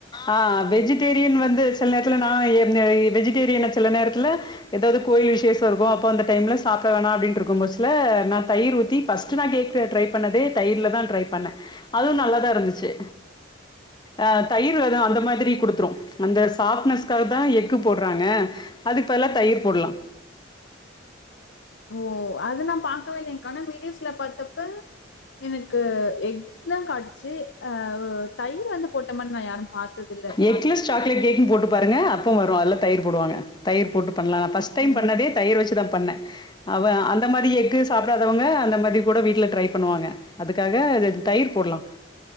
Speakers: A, on the left; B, on the left.
A: அ வெஜிடேரியன் வந்து சில நேரத்துல நா என்னெ வெஜிடேரியன சில நேரத்துல எதாவுது கோயில் விஷேச இருக்கு அப்போ அந்த டைம்ல சாப்ட வேணா அப்டின்ருக்கு போச்சில நா தயிர் ஊத்தி ஃபஸ்ட் நா கேக் ட் ட்ரை பண்ணதே தயிர்ல தா ட்ரை பண்ணே அதுவு நல்லாதா இருந்துச்சு அ தயிர் அதா அந்த மாதிரி குடுத்துரு அந்த சாஃப்ட்னஸ்க்காகத்தா எக்கு போடறாங்க அதுக் பதிலா தயிர் போடலா
B: ஓ அது நம் பாக்கவே இல்லேங்க்கா ஆனா வீடியோஸ்ல பாத்தப்ப எனக்கு எக்தா காட்டுச்சு அ தயிர் வந்து போட்ட மாரி நா யாரு பாத்ததில்ல
A: எக்லஸ் சாக்லேட் கேக்னு போட்டு பாருங்க அப்ப வரு அதுல தயிர் போடுவாங்க தயிர் போட்டு பண்லா நா ஃபர்ஸ்ட் டைம்
B: ஓ!
A: பண்ணதே தயிர் வச்சுதா பண்ண அவ அந்த மாரி எக் கு சாப்டாதவங்க அந்த மாரி கூட வீட்ல ட்ரை பண்ணுவாங்க அதுக்காக அது தயிர் போடலா